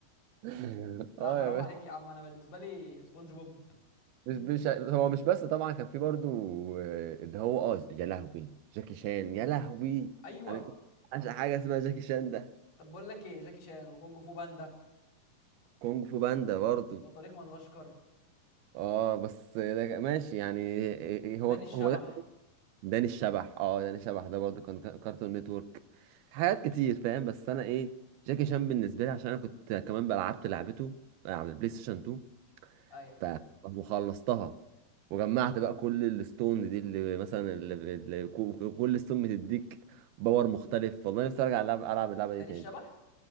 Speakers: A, on the right; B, on the left.
A: <laughs>
B: لا
A: اه
B: حرام
A: يا باشا
B: عليك يا عم انا بالنسبه لي سبونج بوب
A: مش مش هو مش بس طبعا كان في برضو آه، اللي هو اه يا لهوي جاكي شان يا لهوي
B: ايوه
A: انا كنت عشان حاجه اسمها جاكي شان ده
B: طب بقول لك ايه جاكي شان وكونج فو باندا
A: كونج فو باندا برضو
B: بطريق مدغشقر
A: اه بس ده ماشي يعني إيه، إيه، هو
B: داني
A: هو
B: الشبح
A: ده داني الشبح اه داني الشبح ده برضه كان كا- كارتون نتورك حاجات كتير فاهم بس انا ايه جاكي شان بالنسبه لي عشان انا كنت كمان لعبت لعبته على البلاي ستيشن 2
B: ايوه
A: ف- <laughs> وخلصتها وجمعت بقى كل الستون دي اللي مثلا اللي اللي كو- كل ستون بتديك باور مختلف والله نفسي ارجع العب العب اللعبه
B: داني
A: دي تاني
B: الشبح